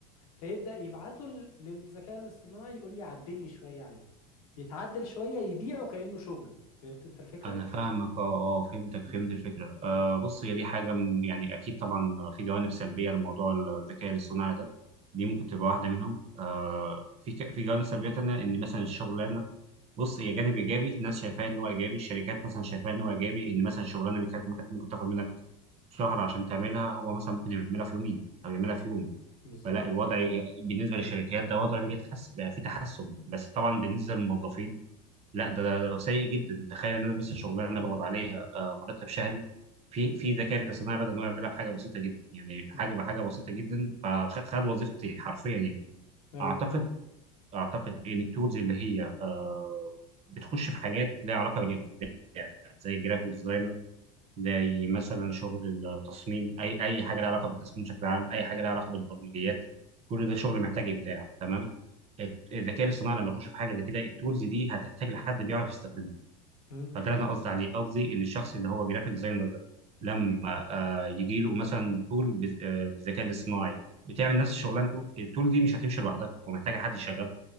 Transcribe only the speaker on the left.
فيبدا يبعته ل- للذكاء الاصطناعي يقول لي عدل لي شويه عليه يتعدل شويه يبيعه كانه شغله فهمت انت الفكره
مم.
مم.
بالظبط
مم.
ايوه
ايوه
مم.